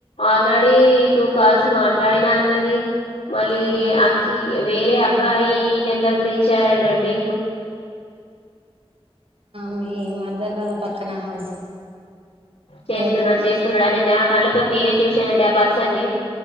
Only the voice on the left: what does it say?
ఆల్రెడీ టూ కాల్స్ మాట్లాడినా అన్నది మళ్ళీ
ఆకి వేరే అబ్బా అబ్బాయి నెంబర్ కూడా ఇచ్చారంట అండి
చేస్తున్నాడు
చేస్తున్నాడు అండి నా కళ్లతోటి నేనే చూశానండి ఆ పర్సన్ని